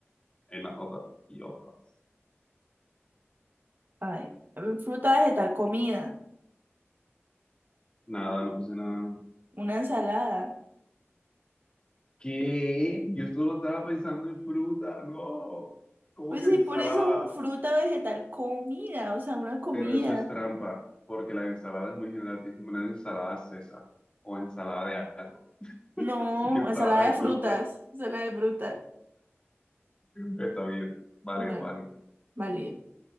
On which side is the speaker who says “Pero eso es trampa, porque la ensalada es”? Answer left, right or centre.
Left